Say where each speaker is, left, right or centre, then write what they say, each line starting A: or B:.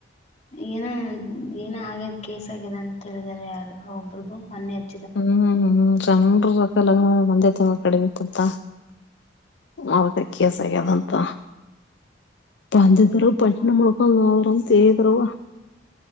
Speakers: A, on the left; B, on the left.
A: ಏನ ಏನ ಆಗ್ಯದ ಕೇಸ್ ಆಗಿದೆ ಅಂತ ಹೇಳಿದಿದ್ದಾರೆ ಯಾರು ಒಬ್ರ್ದು ಮೊನ್ನೇದು
B: ಹ್ಮ ಹೂ ಚಂದ್ರ ರಕಾಲ ಒಂದೇ ತಿಂಗಳ ಕಡಿಮೆ ಇಂತಂತ ಅವನ್ದೇ ಕೇಸ ಆಗ್ಯದ ಅಂತ ಬಂದಿದ್ರು ಪಟ್ನಾ ಮುಳುಕೊಂಡಾ ಹೋದ್ರು ಅಂತ ಹೇಳಿದ್ರು